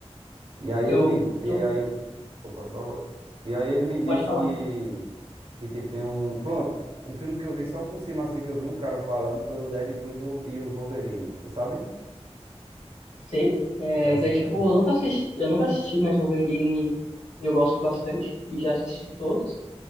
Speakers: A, on the right; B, on the left.
A: e aí
B: Eu.
A: ele me, e
B: tô-
A: aí, opa, só, e aí ele me disse
B: Pode falar.
A: que, que tipo, tem um, pronto, um filme que eu vi só por cima, assim, que eu vi um cara falando, foi o Deadpool e o Wolverine, tu sabe?
B: Sei. É,
A: Já assistiu,
B: Deadpool,
A: né?
B: eu nunca assisti, eu nunca assisti, mas Wolverine eu gosto bastante e já assisti todos.